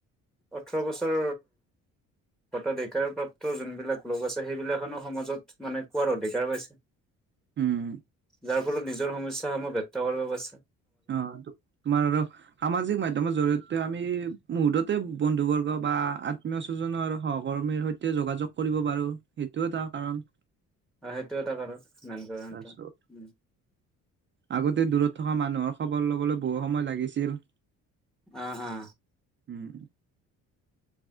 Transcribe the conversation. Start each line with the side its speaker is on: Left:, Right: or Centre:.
Centre: ওঠৰ বছৰ ভতধিকাৰপ্ৰাপ্ত যোনবিলাক লোক আছে, সেইবিলাকখনো সমাজত মানে কোৱাৰ অধিকাৰ পাইছে।
Right: উম।
Centre: যাৰ ফলত নিজৰ সমস্যাসমূহ ব্যক্ত কৰিব পাৰছে
Right: অ', তো-তোমাৰ আৰু সামাজিক মাধ্যমৰ জৰিয়তে আমি মুহুৰ্ততে বন্ধুবৰ্গ বা আ ত্মীয়স্বজনৰ হওক ভৰ্মীৰ সৈতে যোগাযোগ কৰিব পাৰো, সেইটো এটা কাৰণ।
Centre: অ', সেইটো এটা কাৰণ, মেইন কাৰণ
Right: তাৰপিছত
Centre: এটা। উম।
Right: আগতে দূৰত থকা মানুহক খবৰ ল'বলৈ বহু সময় লাগিছিল।
Centre: অ', অ'।
Right: উম